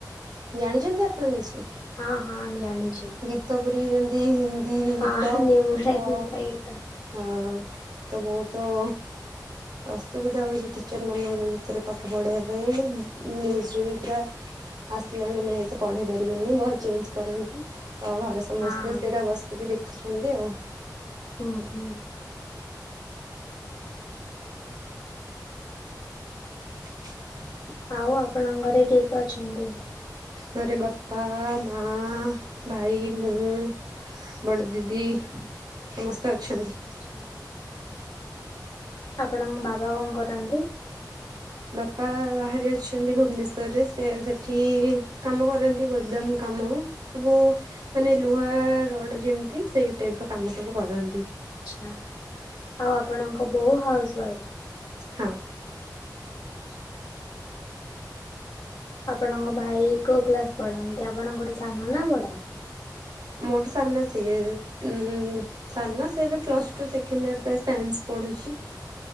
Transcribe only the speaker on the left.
ହଁ ହଁ ଜାଣିଚି।
ହଁ
ନିମୁଡା
ନିମୁଡା ଗୀତ।
ହଁ
ଉଁ ହୁଁ।
ଆଉ ଆପଣଙ୍କ ଘରେ କିଏ କି ଏଅଛନ୍ତି?
ଆଚ୍ଛା। ଆପଣଙ୍କ ବାବା କଣ କରନ୍ତି?
ଆଚ୍ଛା
ଆଛା। ଆଉ ଆପଣଙ୍କ ବୋଉ ହାଉସ ୱାଇଫ?
ଆଚ୍ଛା। ଆପଣଙ୍କ ଭାଇ କୋଉ କ୍ଲାସ ପଢନ୍ତି? ଆପଣଙ୍କ ଠୂ ସାନ ନା ବଡ?